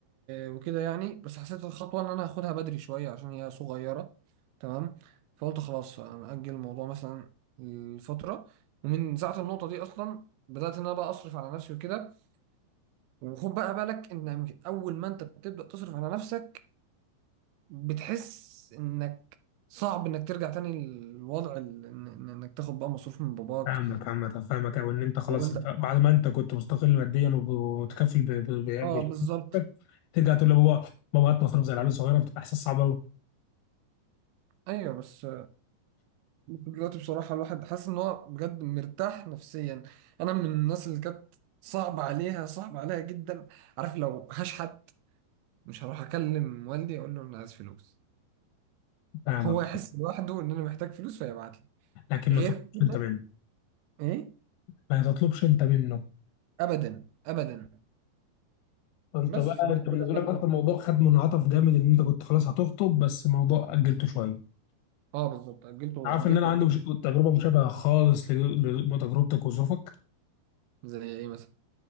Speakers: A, on the right (about 85°); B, on the left (about 85°).
A: وكده يعني بس حسيت الخطوة إن أنا هاخدها بدري شوية عشان هي صغيرة تمام فقلت خلاص أجل الموضوع مثلا لفترة ومن ساعة النقطة دي أصلا بدأت إن أنا بقى أصرف على نفسي وكده وخد بقى بالك إن أول ما أنت بتبدأ تصرف على نفسك بتحس إنك صعب إنك ترجع تاني للوضع ال... إن- إن- إنك تاخد بقى مصروف من باباك
B: فاهمك عامة فاهمك أو إن أنت خلاص
A: أول
B: أنت
A: ده
B: بعد ما أنت كنت مستقل ماديا وب- ومتكفل ب- ب- ب-
A: آه بالظبط
B: ب- ترجع تقول لبابا بابا هات مصروف زي العيال الصغيرة بتبقى إحساس صعب أوي
A: أيوه بس دلوقتي بصراحة الواحد حاسس إن هو بجد مرتاح نفسيا أنا من الناس اللي كانت صعب عليها صعب عليها جدا عارف لو هشحت مش هروح أكلم والدي أقول له أنا عايز فلوس
B: فاهمك
A: هو يحس لوحده إن أنا محتاج فلوس فيبعت لي
B: لكن ما
A: غير
B: تطلبش
A: كده
B: أنت منه
A: إيه
B: ما تطلبش أنت منه
A: أبدا أبدا
B: أنت
A: بس
B: بقى
A: فالواحد
B: أنت بالنسبة
A: بدأ بقى
B: لك
A: اللي
B: أصلا
A: هو-
B: الموضوع خد منعطف جامد إن أنت كنت خلاص هتخطب بس الموضوع أجلته شوية
A: أه بالظبط أجلته
B: عارف
A: أجلته
B: إن أنا عندي
A: أجلته
B: مش... تجربة مشابهة خالص ل- لتجربتك وظروفك
A: زي إيه مثلا